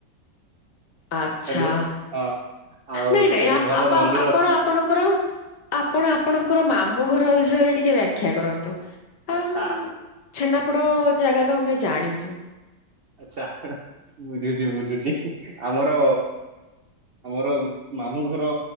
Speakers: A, on the left; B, on the right.
A: ଆଚ୍ଛା
B: ହ୍ୟାଲୋ। ହଁ ଆଉ
A: ନାଇଁ ନାଇଁ
B: ସେଇଠି
A: ଆପ
B: ଭଲ
A: ଆପ
B: ମନ୍ଦିର
A: ଆପଣ
B: ଅଛି।
A: ଆପଣଙ୍କର ଆପଣ ଆପଣଙ୍କର ମାମୁଁ ଘର ବିଷୟରେ ଟିକେ ବ୍ୟାଖ୍ୟା କରନ୍ତୁ। ଆ
B: ଆଚ୍ଛା।
A: ଛେନାପୋଡ ଜାଗା ତ ଆମେ ଜାଣିଛୁ।
B: ଆଚ୍ଛା ବୁଝୁଛି ବୁଝୁଛି ଆମର ଆମର ମାମୁଁ ଘର